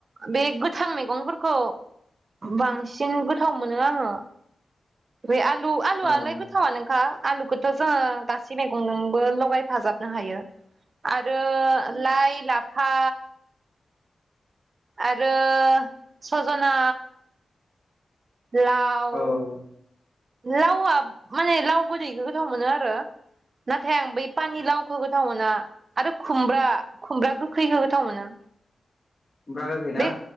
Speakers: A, on the right; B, on the left.
A: बे गोथां मैगंफोरखौ बांसिन गोथाव मोनो आङो बे आलु आलुआलाय
B: उम
A: गोथावा नोखा आलुखौथ' जोङो गासै मैगंजोंबो लगायफाजाबनो हायो आरो लाइ लाफा आरो सजना लाउ
B: उम
A: लावआ माने लाव गोदैखौ गोथाव मोनो आरो नाथाय आं बै पानि लाव होगथाव मोना आरो खुमब्रा खुमब्रा गोखै होोगथाव मोना
B: खुमब्रा गोखै
A: बे
B: ना